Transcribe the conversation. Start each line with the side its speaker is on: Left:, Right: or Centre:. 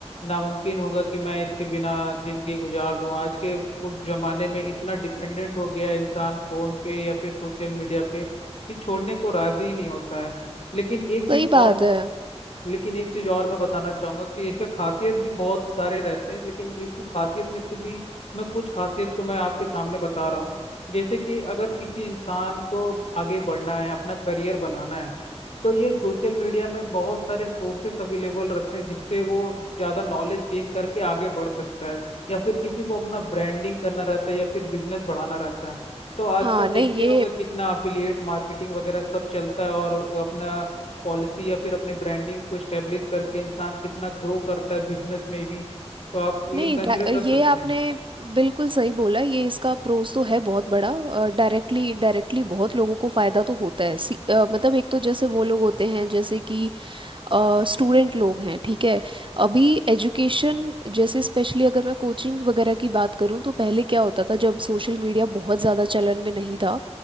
Left: नामुमकिन होगा कि मैं इसके बिना जिंदगी गुजार दूं आज के जमाने में इतना डिपेंडेंट हो गया है इंसान फोन पे या फिर सोशल मीडिया पे कि छोड़ने को राजी ही नहीं होता है लेकिन एक चीज
Right: सही
Left: और
Right: बात है
Left: लेकिन एक चीज और मैं बताना चाहूंगा कि इसका खासियत भी बहुत सारे रहते हैं लेकिन इसकी खासियत में से भी मैं कुछ खासियत को मैं आपके सामने बता रहा हूँ जैसे कि अगर किसी इंसान को आगे बढ़ना है अपना करियर बनाना है तो ये सोशल मीडिया में बहुत सारे सोर्सेस अवेलेबल रखते हैं जिससे वो ज़्यादा नॉलेज गेन करके आगे बढ़ सकता है या फिर किसी को अपना ब्रांडिंग करना रहता है या फिर बिजनेस बढ़ाना रहता है तो आजकल
Right: हाँ नहीं
Left: देखते
Right: ये
Left: होंगे कितना अफिलिएट मार्केटिंग वगैरह सब चलता है और अपना पॉलिसी या फिर अपने ब्रांडिंग को स्टेब्लिश करके इंसान कितना ग्रो करता है बिजनेस में भी तो आप ये
Right: नहीं
Left: कंसिडर
Right: डा-
Left: कर
Right: ये
Left: सकते
Right: आपने
Left: हैं
Right: बिल्कुल सही बोला ये इसका प्रोज तो है बहुत बड़ा डायरेक्टली इनडायरेक्टली बहुत लोगों को फायदा तो होता है सी, अ, मतलब एक तो जैसे वो लोग होते हैं जैसे कि स्टूडेंट लोग हैं ठीक है अभी एजुकेशन जैसे स्पेशली अगर मैं कोचिंग वगैरह की बात करूँ तो पहले क्या होता था जब सोशल मीडिया बहुत ज़्यादा चलन में नहीं था